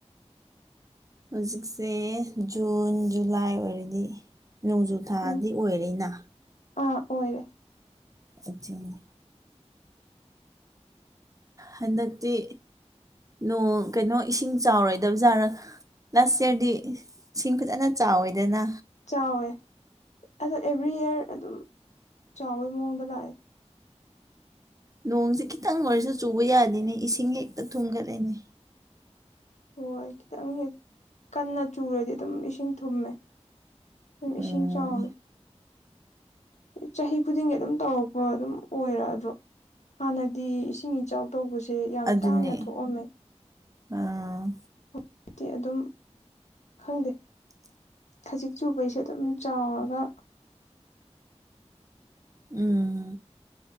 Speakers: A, on the right; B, on the left.
A: ꯍꯧꯖꯤꯛꯁꯦ ꯖꯨꯟ ꯖꯨꯂꯥꯏ ꯑꯣꯏꯔꯗꯤ ꯅꯣꯡꯖꯨ ꯊꯥꯗꯤ
B: ꯎꯝ
A: ꯑꯣꯏꯔꯤꯅ
B: ꯑꯥ ꯑꯣꯏꯔꯦ
A: ꯑꯗꯨꯅꯦ ꯍꯟꯗꯛꯇꯤ ꯅꯣꯡ ꯀꯩꯅꯣ ꯏꯁꯤꯡ ꯆꯥꯎꯔꯣꯏꯗꯕ ꯖꯥꯠꯂ ꯂꯥꯁ ꯏꯌꯥꯔꯗꯤ ꯏꯁꯤꯡ ꯐꯖꯅ ꯆꯥꯎꯋꯦꯗꯅ
B: ꯆꯥꯎꯋꯦ ꯑꯗꯣ ꯑꯦꯚ꯭ꯔꯤ ꯏꯌꯥꯔ ꯑꯗꯨꯝ ꯆꯥꯎꯕꯩ ꯃꯑꯣꯡꯗ ꯂꯥꯛꯑꯦ
A: ꯅꯣꯡꯁꯦ ꯈꯤꯇꯪ ꯑꯣꯏꯔꯁꯨ ꯆꯨꯕ ꯌꯥꯗꯦꯅꯦ ꯏꯁꯤꯡ ꯍꯦꯛꯇ ꯊꯨꯝꯒꯠꯂꯦꯅꯦ
B: ꯍꯣꯏ ꯈꯤꯇꯪ ꯍꯦꯛ ꯀꯟꯅ ꯆꯨꯔꯗꯤ ꯑꯗꯨꯝ ꯏꯁꯤꯡ ꯊꯨꯝꯃꯦ ꯑꯗꯨꯝ
A: ꯎꯝ
B: ꯏꯁꯤꯡ ꯆꯥꯎꯋꯦ ꯆꯍꯤ ꯈꯨꯗꯤꯡꯒꯤ ꯑꯗꯨꯝ ꯇꯧꯔꯛꯄ ꯑꯗꯨꯝ ꯑꯣꯏꯔꯛꯗ꯭ꯔꯣ ꯍꯥꯟꯅꯗꯤ ꯏꯁꯤꯡ ꯏꯆꯥꯎ ꯇꯧꯕꯁꯦ ꯌꯥꯝ
A: ꯑꯗꯨꯅꯦ
B: ꯇꯥꯡꯅ ꯊꯣꯛꯑꯝꯃꯦ
A: ꯑꯥ
B: ꯍꯧꯖꯤꯛꯇꯤ ꯑꯗꯨꯝ ꯈꯪꯗꯦ ꯈꯖꯤꯛ ꯆꯨꯕꯩꯁꯨ ꯑꯗꯨꯝ ꯆꯥꯎꯔꯒ
A: ꯎꯝ